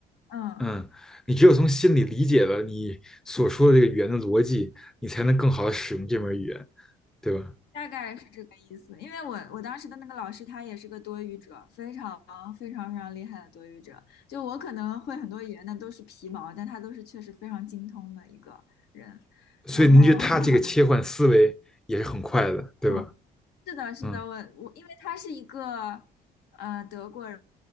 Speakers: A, on the left; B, in the centre.
A: 嗯，
B: 嗯，你只有从心里理解了你所说的这个语言的逻辑，你才能更好的使用这门语言，对吧？
A: 大概是这个意思。因为我我当时的那个老师他也是个多语者，非常非常非常厉害的多语者。就我可能会很多语言的都是皮毛，但他都是确实非常精通的一个人。
B: 所以您觉得他这个切换思维也是很快的，
A: 然后，<laughs>
B: 对吧？
A: 嗯，是的，是的，
B: 嗯，
A: 我我因为他是一个呃德国人，